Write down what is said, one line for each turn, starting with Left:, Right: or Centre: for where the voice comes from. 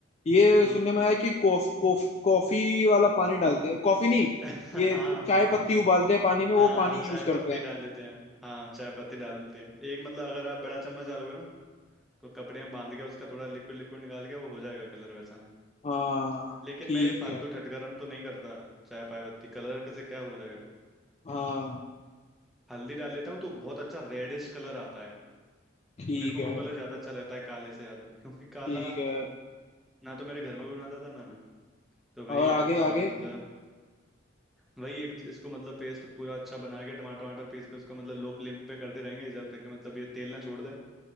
Left: ये
Centre: हम्म
Left: सुनने में आया कि कॉफ कॉफ कॉफी वाला पानी डालते हैं कॉफी नहीं
Centre: <laughs>
Left: ये
Centre: हाँ
Left: चाय पत्ती उबालते हैं पानी में वो
Centre: हाँ
Left: पानी
Centre: चाय
Left: यूज करते
Centre: पत्ती
Left: हैं
Centre: डाल लेते हैं हाँ चाय पत्ती डाल देते हैं एक मतलब अगर आप बड़ा चम्मच डालोगे ना तो कपड़े में बांध के उसका थोड़ा लिक्विड लिक्विड निकाल के वो हो जाएगा कलर वैसा
Left: हाँ
Centre: लेकिन
Left: ठीक
Centre: मैं ये फालतू
Left: है
Centre: ठटकरम तो नहीं करता चाय पाय पत्ती कलर कैसे क्या हो जाएगा
Left: हाँ
Centre: हल्दी डाल लेता हूँ तो बहुत अच्छा रेडिश कलर आता है
Left: ठीक
Centre: मेरे को वो
Left: है
Centre: कलर ज्यादा अच्छा लगता है काले से ज्यादा क्योंकि काला
Left: ठीक है
Centre: ना तो मेरे घर में कोई बनाता था ना मैं तो वही
Left: और
Centre: है
Left: आगे
Centre: और
Left: आगे
Centre: मतलब वही एक इसको मतलब पेस्ट पूरा अच्छा बना के टमाटर वमाटर पीस के उसको मतलब लो फ्लेम पे करते रहेंगे जब तक कि मतलब ये तेल ना छोड़ दे